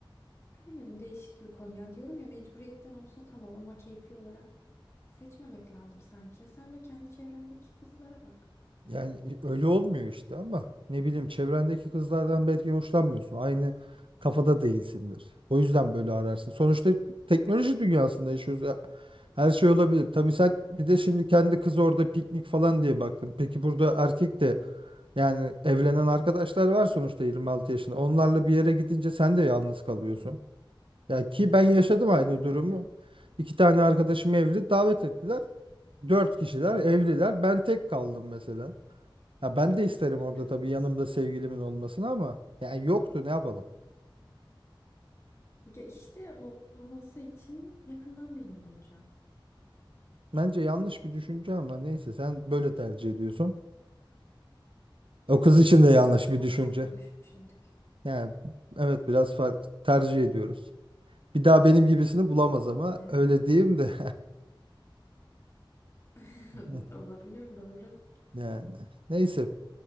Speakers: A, on the left; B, on the right.
A: Bilemedim değişik bir konu ya. Diyorum ya mecburiyetten olsa tamam ama keyfi olarak seçmemek lazım sanki. Sen de kendi çevrendeki kızlara bak.
B: Yani öyle olmuyor işte ama ne bileyim çevrendeki kızlardan belki hoşlanmıyorsun. Aynı kafada değilsindir. O yüzden böyle ararsın. Sonuçta teknoloji dünyasında yaşıyoruz ya. Her şey olabilir. Tabii sen bir de şimdi kendi kız orada piknik falan diye baktın. Peki burada erkek de yani evlenen arkadaşlar var sonuçta 26 yaşında. Onlarla bir yere gidince sen de yalnız kalıyorsun. Ya ki ben yaşadım
A: Aynen
B: aynı durumu.
A: öyle.
B: İki tane arkadaşım evli davet ettiler. Dört kişiler evliler. Ben tek kaldım mesela. Ya ben de isterim orada
A: Evet.
B: tabii yanımda sevgilimin olmasını ama yani yoktu ne yapalım.
A: Ya işte ol- olması için yakından birini bulacaksın.
B: Bence yanlış bir düşünce ama neyse sen böyle tercih ediyorsun. O kız
A: Aynen
B: için
A: bu
B: de
A: konuda
B: yanlış bir
A: biraz
B: düşünce.
A: farklı düşündük.
B: Yani evet biraz farklı tercih ediyoruz. Bir daha benim gibisini bulamaz ama
A: Evet.
B: öyle diyeyim de
A: <laughs>
B: <laughs>
A: Olabilir doğru. <laughs>
B: yani neyse